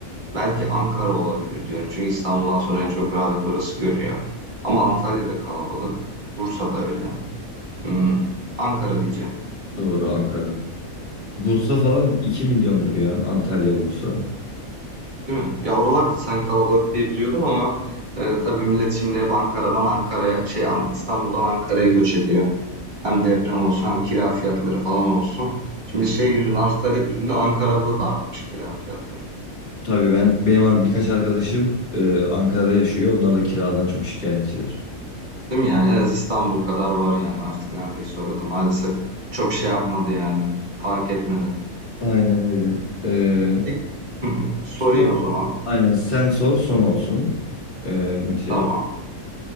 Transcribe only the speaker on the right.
Belki Ankara olabilir diyorum. Çünkü İstanbul'dan sonra en çok rağbet orası görüyor. Ama Antalya'da kalabalık. Bursa'da öyle. Hmm. Ankara diyeceğim.
Değil mi? Ya oralarda sanki kalabalık diye biliyordum ama e, tabii millet şimdi hep Ankara'dan Ankara'ya şey An- İstanbul'dan Ankara'ya göç ediyor. Hem deprem olsun hem kira fiyatları falan olsun. Şimdi şey yüzünden arz talep yüzünden Ankara'da da artmış kira fiyatları.
Değil mi yani? En az İstanbul kadar var yani artık neredeyse orada. Maalesef çok şey yapmadı yani. Fark etmedi.
Bir- <laughs> Sorayım
o zaman.
Tamam.